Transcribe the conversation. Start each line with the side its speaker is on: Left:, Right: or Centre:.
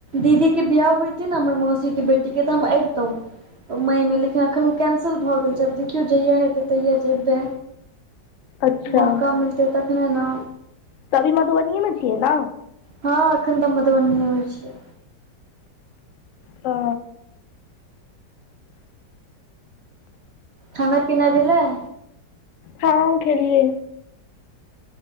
Right: दीदी के बियाह होइति न हमर मौसीे के बेटीक के तऽ हम एबतहु मइमे लेकिन एखन ओ कैंसल भऽ गेल छै आब देखियौ जहिया हेतै तहिया जेबै
Left: अच्छा
Right: मौका मिलतै तखने न
Left: तभी मधुबनीए मे छियै न
Right: हँ एखन तऽ मधुबनीए मे छीयै
Left: ओ
Right: खाना पीना भेलय
Left: हँ खेलियए